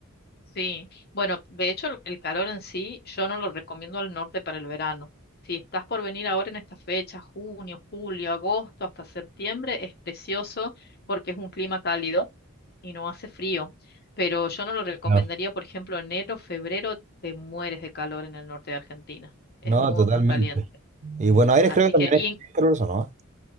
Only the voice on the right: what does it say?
Claro.
No,
totalmente.
Y Buenos Aires
creo que también
es es ¿no?